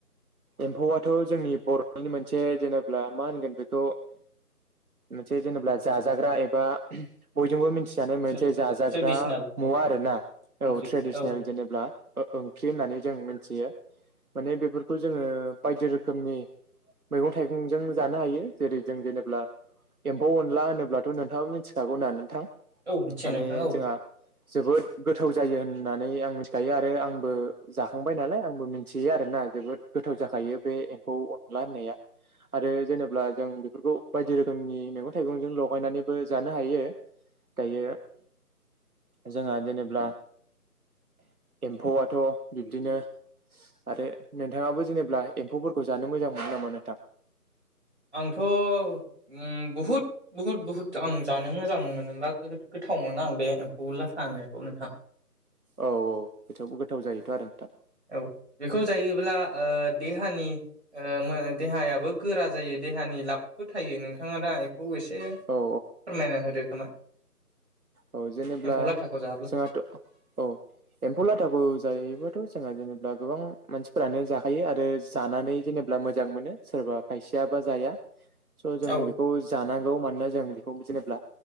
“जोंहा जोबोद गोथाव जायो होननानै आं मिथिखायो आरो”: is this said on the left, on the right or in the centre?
Right